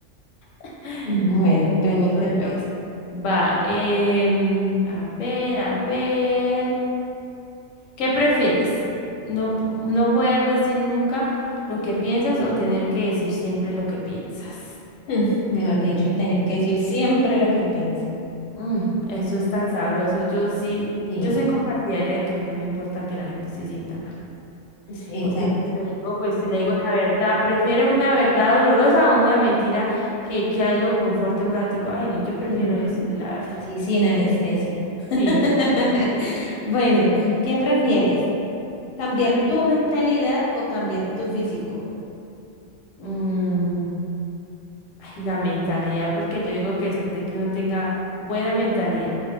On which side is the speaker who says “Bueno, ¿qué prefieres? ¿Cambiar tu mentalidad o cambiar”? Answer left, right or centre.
Left